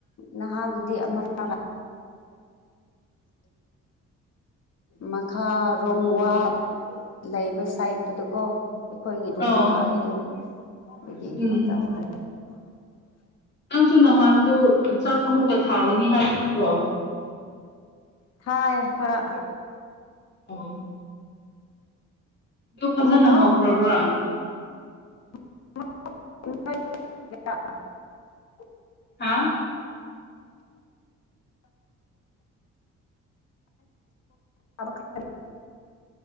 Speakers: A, on the left; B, on the left.
A: ꯅꯍꯥꯟꯗ ꯗꯤ ꯑꯃꯔꯀ ꯂ ꯈꯥꯔꯣꯝ
B: ꯎꯝ
A: ꯋꯥꯞ ꯂꯩ ꯁꯥꯏꯗꯠꯇꯨꯗꯀꯣ ꯑꯩꯈꯣꯏꯒꯤ ꯔꯨꯝ
B: ꯑꯣ
A: ꯃꯈꯥꯒꯤꯗꯣ ꯑꯗꯨꯗꯤ
B: ꯎꯝ
A: ꯇꯈ <inaudible>
B: ꯅꯪꯁꯨ ꯅꯍꯥꯟꯗꯨꯣ ꯆꯥꯛ ꯑꯃꯨꯛꯀ ꯊꯥꯒꯅꯤ ꯍꯥꯏꯕ ꯅꯠꯇ꯭ꯔꯣ
A: ꯊꯥꯏ ꯈꯔ
B: ꯑꯣ ꯑꯗꯨ ꯐꯖꯅ
A: ꯃꯣꯔꯣꯛ
B: ꯍꯧꯈ꯭ꯔꯕ꯭ꯔꯥ
A: <inaudible>
B: ꯍꯥꯥ
A: ꯑ ꯕ ꯈ